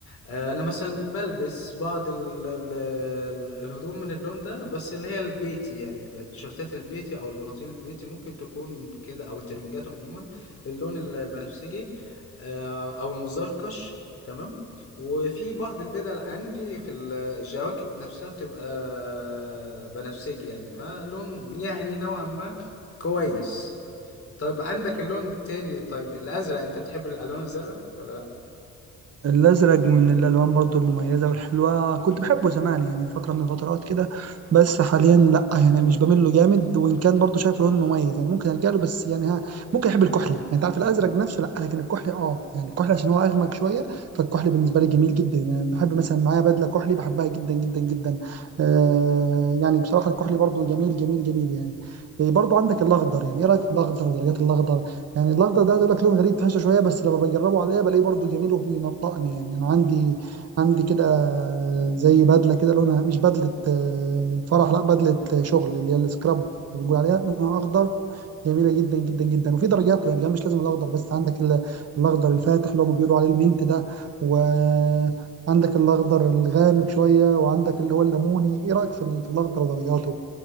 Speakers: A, on the left (about 50°); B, on the right (about 55°).
A: آه، انا مثلا بلبس بعض ال ال ال- الهدوم من اللون ده بس اللي هي البيتي يعني التيشيرتات البيتي او البناطيل البيتي ممكن تكون كده او الترنجات عموما باللون ال- البنفسجي آه، او المزركش تمام وفي بعض البدل عندي في ال- الجواكت نفسها بتبقى بنفسجي يعني فلون يعني نوعا ما كويس طيب عندك اللون التاني طيب الازرق انت بتحب الالوان الزرقاء ولا لا
B: الازرق من الالوان برضو المميزه والحلوه كنت بحبه زمان يعني فتره من الفترات كده بس حاليا لا يعني مش بميل له جامد وان كان برضو شايف لون مميز يعني ممكن الجا له بس يعني ها ممكن احب الكحلي يعني انت عارف الازرق نفسه لا لكن الكحلي اه يعني الكحلي عشان هو اغمق شويه فالكحلي بالنسبه لي جميل جدا يعني بحب مثلا معايا بدله كحلي بحبها جدا جدا جدا آه يعني بصراحه الكحلي برضو جميل جميل جميل يعني إيه، برضو عندك الاخضر يعني ايه رايك في الاخضر ودرجات الاخضر يعني الاخضر ده عايز اقول لك لون غريب تحسه شويه بس لما بجربه عليا بلاقيه برضه جميل وبينطقني يعني انا عندي عندي كده زي بدله كده لونها مش بدله آه، فرح لا بدله آه، شغل اللي هي السكراب بنقول عليها لونها اخضر جميله جدا جدا جدا وفي درجاته يعني كمان مش لازم الاخضر بس عندك ال- الاخضر الفاتح اللي هم بيقولوا عليه المنت ده وعندك الاخضر الغامق شويه وعندك اللي هو الليموني ايه رايك في ال- في الاخضر ودرجاته